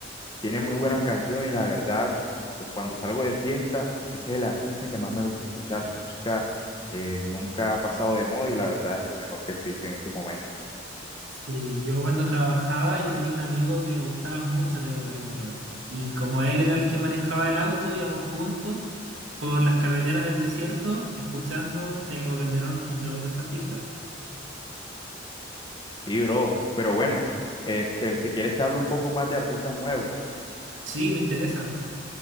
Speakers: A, on the left (about 25°); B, on the right (about 85°).
A: Tiene muy buenas canciones y la verdad, pues cuando salgo de fiesta, ese es el artista que más me gusta escuchar. Su música eh, nunca ha pasado de moda y la verdad es lo mejor que existe en estos momentos.
B: Sí, yo cuando trabajaba yo tenía un amigo que le gustaba mucho Tego Calderón y como él era el que manejaba el auto, íbamos juntos por las carreteras del desierto escuchando Tego Calderón entre otros artistas.
A: Sí, bro, pero bueno, eh, te- si quieres te hablo un poco más de artistas nuevos.
B: Sí, me interesa.